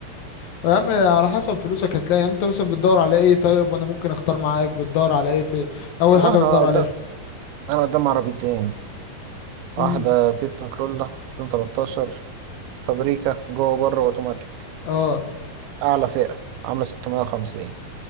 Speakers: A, on the left; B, on the right.
A: يا عم على حسب فلوسك هتلاقي يعني انت مثلا بتدور على ايه طيب وانا ممكن اختار معاك بتدور على ايه في اول
B: والله
A: حاجة
B: انا
A: بتدور
B: قدام
A: عليها
B: انا قدام عربيتين واحدة
A: امم
B: تويوتا كرولا 2013 فابريكا جوه بره اوتوماتيك
A: اه
B: اعلى فئة عاملة 650